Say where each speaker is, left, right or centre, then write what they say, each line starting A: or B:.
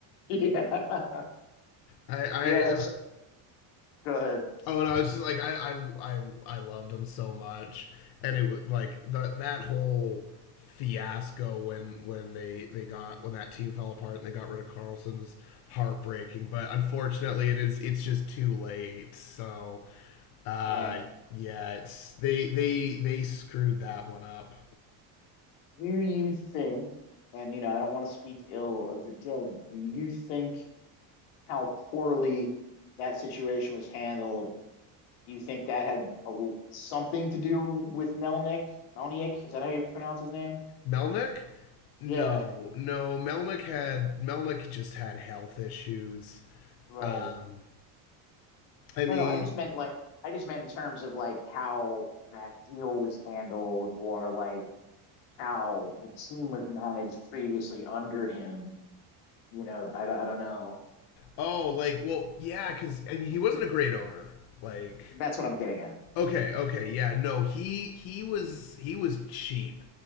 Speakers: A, on the left; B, on the left.
A: Yeah, <laughs>
B: I, I
A: yeah. That's go ahead.
B: Oh no, it's just like I I I, I loved him so much, and it was like the that whole fiasco when when they they got when that team fell apart and they got rid of Carlson is heartbreaking. But unfortunately, it is it's just too late. So, uh,
A: Yeah.
B: yeah, it's they they they screwed that one up.
A: do you think, and you know, I don't want to speak ill of the dead, do you think how poorly that situation was handled? Do you think that had a, something to do with Melnick? Melnick, is that how you pronounce his name?
B: Melnick. No,
A: Yeah,
B: no. Melnick had Melnick just had health issues.
A: right.
B: Um, I mean,
A: No, no, I just meant like, I just meant in terms of like how that deal was handled or like how the team was managed previously under him. You know, I, don't- I don't know.
B: Oh, like well, yeah, because I mean, he wasn't a great owner. Like,
A: That's what I'm getting at.
B: okay, okay, yeah, no, he he was he was cheap.